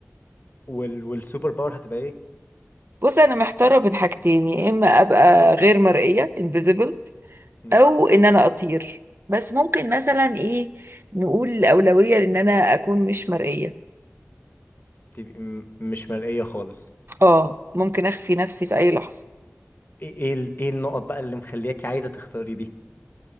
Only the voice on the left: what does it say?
وال والسوبر باور هتبقى ايه
مم.
تبقى م- مش مرئية خالص
ايه ايه ال- إيه النقط بقى اللي مخلياكي عايزة تختاري دي